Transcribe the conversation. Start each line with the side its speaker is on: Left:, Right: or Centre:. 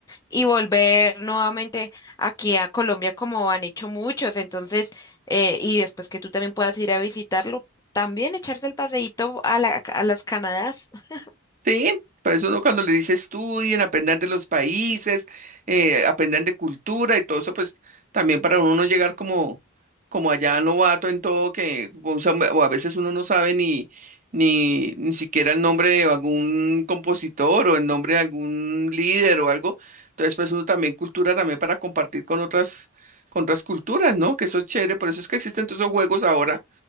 Left: y volver nuevamente aquí a Colombia como han hecho muchos. Entonces, eh, y después que tú también puedas ir a visitarlo, también echarse el paseíto a la- a las Canadá. <laughs>
Right: Sí, por eso uno cuando le dice estudien, aprendan de los países, eh, aprendan de cultura y todo eso, pues también para uno no llegar como, como allá novato en todo, que o sea, o a veces uno no sabe ni, ni, ni siquiera el nombre de algún compositor o el nombre de algún líder o algo. Entonces, pues uno también cultura también para compartir con otras, con otras culturas, ¿no? Que eso es chévere, por eso es que existen todos esos juegos ahora,